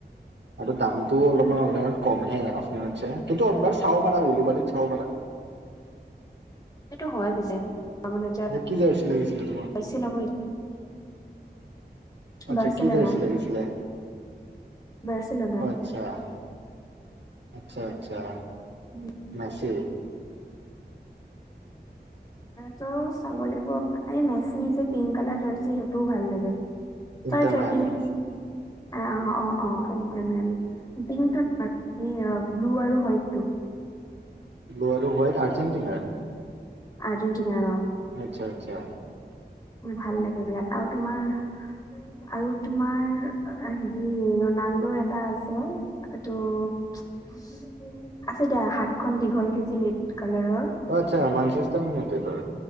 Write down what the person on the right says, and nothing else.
আৰু দামতটো অলপমান অনলাইনত কমহে। অফলাইনত কিন্তু অবাৰ চাব পাৰা, উওলুবাৰীত চাব পাৰা।
কি যাইি লাগিছিলে তোমাক
আচ্ছা
কি জাৰ্চি লাগিছিলে?
হয়। আচ্ছা-আচ্ছা-আচ্ছা।
মেছি।
ইণ্টাৰ
মায়ামি
ব্লু আৰু হোৱাইট আৰ্জেণ্টিনাৰ।
আচ্ছা-আচ্ছা।
আচ্ছা মানস <unintelligible> থাই নতে ত <unintelligible>